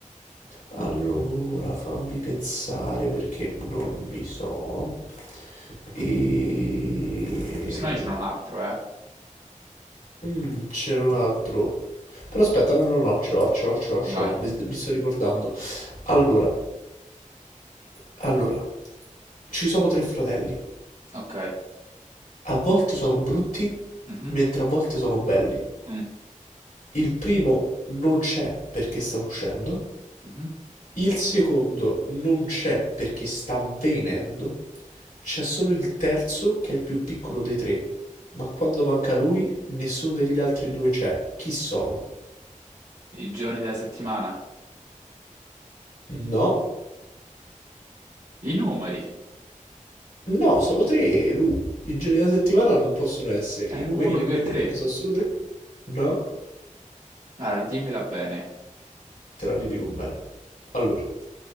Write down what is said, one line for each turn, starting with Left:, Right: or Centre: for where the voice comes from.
Left: Allora, fammi pensare perché non li so. E...
Right: se no io ce n'ho un altro, eh,
Left: Mm, c'era un altro. Però aspetta, no, no, no, ce l'ho, ce l'ho, ce l'ho, ce
Right: vai,
Left: l'ho. Mi, mi sto ricordando. Allora, allora, ci sono tre fratelli.
Right: ok,
Left: A volte sono brutti,
Right: Mhm,
Left: mentre a volte sono belli.
Right: mm,
Left: Il primo non c'è perché sta uscendo.
Right: mhm.
Left: Il secondo non c'è perché sta venendo. C'è solo il terzo che è il più piccolo dei tre. Ma quando manca lui, nessuno degli altri due c'è. Chi sono?
Right: I giorni della settimana,
Left: No,
Right: i numeri,
Left: no, sono tre e Lu. I giorni della settimana non possono essere, i
Right: eh,
Left: numeri
Right: 1,
Left: nemmeno
Right: 2, 3,
Left: perché sono solo tre. No,
Right: allora dimmela bene,
Left: te la ridico bene. Allora,